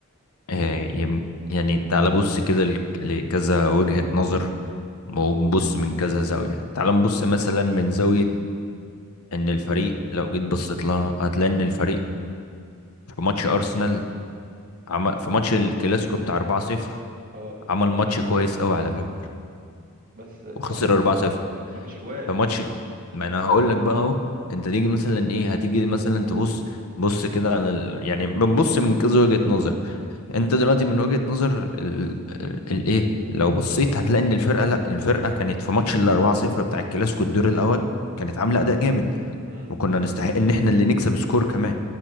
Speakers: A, on the left (about 75°); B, on the right (about 40°).
A: آه، يم- يعني تعال بص كده لك- لكذا وجهة نظر ونبص من كذا زاوية تعال نبص
B: مم.
A: مثلا من زاوية ان الفريق لو جيت بصيت لها هتلاقي ان الفريق في ماتش ارسنال عمل في ماتش الكلاسيكو بتاع 4-0
B: اه
A: عمل ماتش كويس قوي على فكرة
B: بس
A: وخسر
B: يعني م-
A: 4-0
B: بس ما فيش اجوان
A: في ماتش ما انا هقول لك بقى اهو انت تيجي مثلا ايه هتيجي مثلا تبص بص كده على ال... يعني بنبص من كذا وجهة نظر انت دلوقتي من وجهة نظر ال... ال... الايه لو بصيت هتلاقي ان الفرقه لا الفرقه كانت في ماتش ال 4-0 بتاع الكلاسيكو الدور الاول كانت عامله اداء جامد
B: مم.
A: وكنا نستحق ان احنا اللي نكسب سكور كمان